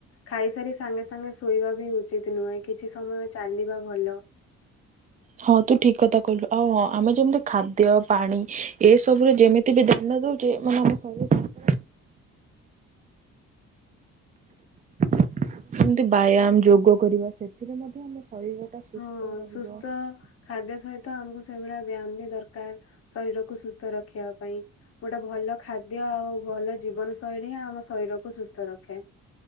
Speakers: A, on the left; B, on the right.
A: ଖାଇସାରି ସାଙ୍ଗେ ସାଙ୍ଗେ ଶୋଇବା ବି ଉଚିତ ନୁହେଁ, କିଛି ସମୟ ଚାଲିବା ଭଲ।
B: ହଁ, ତୁ ଠିକ କଥା କହିଲୁ। ଆଉ ହଁ, ଆମେ ଯେମିତି ଖାଦ୍ୟ ପାଣି ଏସବୁରେ ଯେମିତି ବି ଧ୍ୟାନ ଦଉଚେ ମାନେ ଆମ ଶରୀର ପାଇଁ ଏମତି ବ୍ୟାୟାମ, ଯୋଗ କରିବା ସେଥିରେ ମଧ୍ୟ ଆମ ଶରୀରଟା ସୁସ୍ଥ
A: ହଁ,
B: ରହିବ।
A: ସୁସ୍ଥ ଖାଦ୍ୟ ସହିତ ଆମକୁ ସେଇଭଳିଆ ବ୍ୟାୟାମ ଦରକାର ଶରୀରକୁ ସୁସ୍ଥ ରଖିବା ପାଇଁ, କୋଉଟା ଭଲ ଖାଦ୍ୟ ଆଉ ଭଲ ଜୀବନ ଶୈଳୀ ହିଁ ଆମ ଶରୀରକୁ ସୁସ୍ଥ ରଖେ।